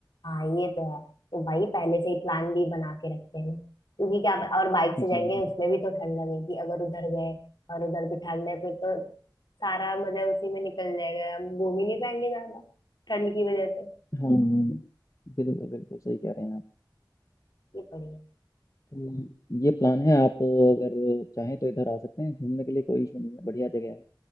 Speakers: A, on the left (about 65°); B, on the left (about 45°).
A: हाँ ये तो है तो भाई पहले से ही प्लान भी बना के रखते हैं क्योंकि क्या और बाइक से जाएंगे
B: जी जी
A: उसमें भी तो ठंड लगेगी अगर उधर गए और उधर भी ठंड है फिर तो सारा मजा उसी में निकल जाएगा हम घूम ही नहीं पाएंगे ज्यादा ठंड की वजह से
B: हाँ बिल्कुल बिल्कुल सही कह रहे हैं आप
A: ये बढ़िया है
B: तो ये प्लान है आप अगर चाहें तो इधर आ सकते हैं घूमने के लिए कोई इशू नहीं है बढ़िया जगह है